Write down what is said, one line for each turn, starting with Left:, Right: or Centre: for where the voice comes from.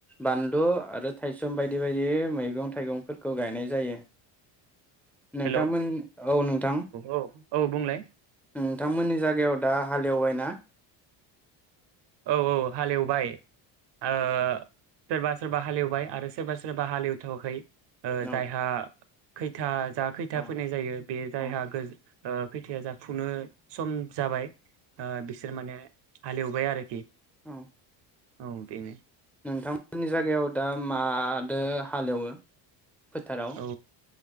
Centre: बानलु आरो थायसुम बायदि बायदि मैगं थाइगंफोरखौ गायनाय जायो नोंथांमोन
Right: हेलौ
Centre: औ नोंथां
Right: औ औ बुंलाय
Centre: नोंथांमोननि जायगायाव दा हालेवबाय ना
Right: औ औ हालेवबाय ओ सोरबा सोरबा हालेवबाय आरो सोरबा सोरबा हालेवथवाखै ओ
Centre: औ
Right: जायहा खैथा जा खैथा
Centre: औ
Right: फैनाय जायो बे जायहा
Centre: औ
Right: गो खैथाया जाफुनो सम जाबाय ओ बिसोर माने हालेवबाय आरो खि
Centre: औ
Right: औ बेनो
Centre: नोंथांमोननि जायगायाव दा मादो हालेवो फोथाराव
Right: औ